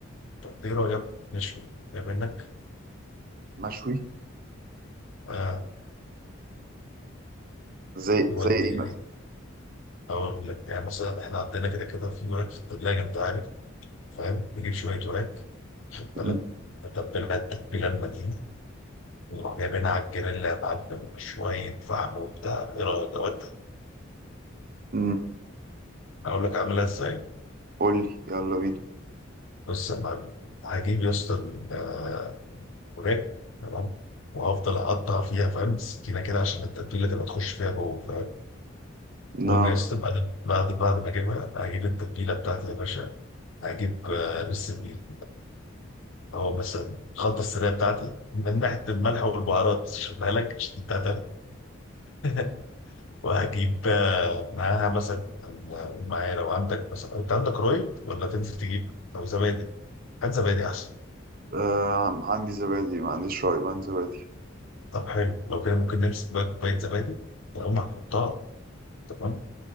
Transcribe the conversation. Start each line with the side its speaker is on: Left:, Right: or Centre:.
Left: طب ايه رايك نشوي إيه منك
Right: مشوي
Left: آه
Right: زي
Left: نودي
Right: زي ايه
Left: يعني
Right: مثلا
Left: هقول لك يعني مثلا احنا عندنا كده كده في وراك في الثلاجه انت عارف فاهم نجيب شويه وراك خد بالك
Right: مم،
Left: نتبلها التتبيله المتينه وروح جايبينها على الجريل يا معلم شوية فحم وبتاع إيه رأيك أقول
Right: مم.
Left: أقول لك أعملها إزاي
Right: قول لي يلا بينا
Left: بص يا معلم هجيب يا اسطى ال- آه، الوراك تمام وهفضل أقطع فيها فاهم سكينة كده عشان التتبيلة تبقى تخش فيها جوه فاهم
Right: نا
Left: المهم يا اسطى بعد بعد بعد ما أجيبها هجيب التتبيلة بتاعتي يا باشا هجيب آه، لسه بيه أو مثلا الخلطة السرية بتاعتي من ناحية الملح والبهارات بس مش هديها لك عشان أنت هتعرف. <laughs> وهجيب آه، معاها مثلا أقول معايا لو عندك مثلا انت عندك رايب ولا تنزل تجيب او زبادي هات زبادي احسن
Right: آه عندي زبادي ما عنديش رايب عندي زبادي
Left: طب حلو لو كده ممكن نمسك بقى كوبايه زبادي تقوم هنحطها تمام